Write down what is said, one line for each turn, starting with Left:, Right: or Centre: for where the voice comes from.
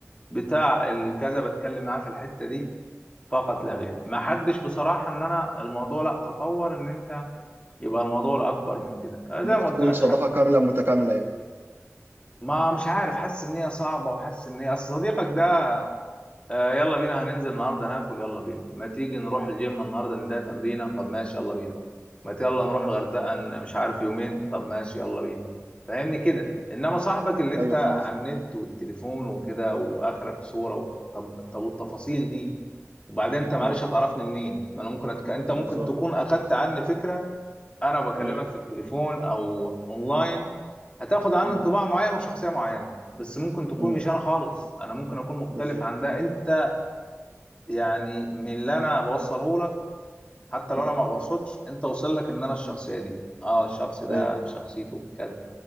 Left: بتاع الكذا بتكلم معاه في الحتة دي فقط لا غير ما حدش بصراحة ان انا الموضوع لا تطور ان انت يبقى الموضوع لا اكبر من كده زي
Right: انها
Left: ما
Right: تكون
Left: قلت لك
Right: صداقه
Left: حد
Right: كامله متكامله يعني
Left: ما مش عارف حاسس ان هي صعبة وحاسس ان هي اصل صديقك ده آه، يلا بينا هننزل النهاردة ناكل يلا بينا ما تيجي نروح الجيم النهاردة نديها تمرينة طب ماشي يلا بينا ما ت- يلا نروح الغردقة ن- مش عارف يومين طب ماشي يلا بينا فاهمني كده انما صاحبك اللي انت
Right: ايوه
Left: على
Right: فاهم قصدي.
Left: النت والتليفون وكده واخرك صورة و- طب طب والتفاصيل دي وبعدين انت معلش
Right: مم.
Left: هتعرفني منين ما انا ممكن أتك... انت ممكن
Right: بالظبط
Left: تكون اخدت عني فكره انا وبكلمك
Right: مم.
Left: في التليفون او اونلاين هتاخد عني
Right: مم.
Left: انطباع معين وشخصيه معينه بس ممكن تكون
Right: مم.
Left: مش انا خالص انا ممكن اكون مختلف
Right: بالظبط
Left: عن ده انت يعني من اللي انا بوصله لك حتى
Right: مم.
Left: لو انا ما بقصدش انت وصل لك ان انا الشخصيه
Right: مم.
Left: دي اه الشخص ده
Right: ايوه
Left: شخصيته كذا